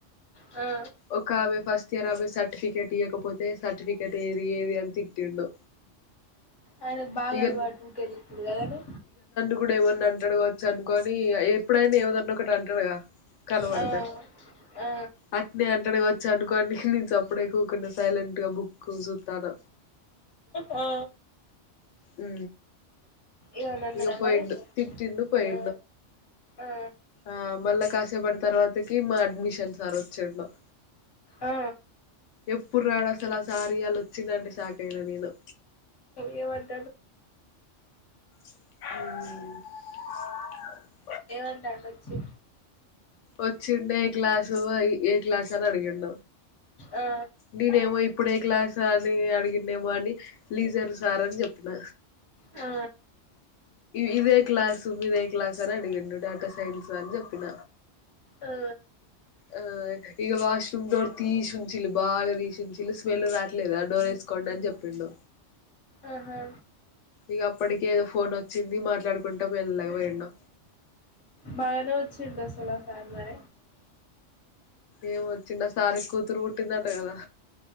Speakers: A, on the left; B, on the left.
A: ఆ
B: ఒక ఆమె ఫస్ట్ ఇయర్ ఆమె సర్టిఫికెట్ ఇవ్వకపోతే సర్టిఫికెట్ ఏది ఏది అని తిట్టిండు
A: ఆయనకు బాగా
B: ఇక
A: అలవాటు ఉంటేది ఇప్పుడు కదనే
B: ఇప్పుడు ఏమన్నా అంటడుగా వచ్చు అనుకోని ఎప్పుడైనా ఏమిదన్నా ఒకటి అంటాడుగా కలుబడతే
A: ఆ ఆ
B: అ నేను అంటనే వచ్చానుకోని నేను అప్పుడే కూకుడా సైలెంట్ గా బుక్ చూస్తాను
A: ఆ
B: ఉ
A: ఏమన్నా అన్నడా
B: ఇక పోయింది
A: మరి
B: తిట్టాడు పోయి
A: ఆ ఆ
B: ఆ మళ్ల కాస్త పడి తర్వాతకి మా అడ్మిషన్ సార్ వచ్చేండం
A: ఆ
B: ఎప్పుడు రాడు అసలు ఆ సార అలా వచ్చిందంటే క్యినా నేను
A: ఏ వారు
B: హ
A: ఏమంటాడి వచ్చి
B: ఒచ్చి ఏ క్లాస్ ఏ క్లాస్స అడిండ
A: ఆ
B: నేనే ఏమో ఇప్పుడే క్లాస్ అని అడిగండేమో అని లీజర్ సార్ అని చెప్పిన
A: ఆ
B: ఇదే క్లాసు ఇదే క్లాస్ అని అడిగిండు డేటా సైన్స్ అని చెప్పిన
A: ఆ
B: ఆ ఇక వాష్రూమ్ డోర్ తీచుంచిలి బాగా తీచంచిలి స్మెల్ రావట్లేదు ఆ డోర్ వేసుకోంండ అని చెప్పిండు
A: ఆహా
B: ఇక అప్పటిక ఏదో ఫోన్ వచ్చింది మాట్లాడుకుంటా మళలాగా పోయినా
A: బాగానే వచ్చింది అసలు సారు మర
B: ఏం వచ్చింద సారి కూతురు పుట్టిందట కదా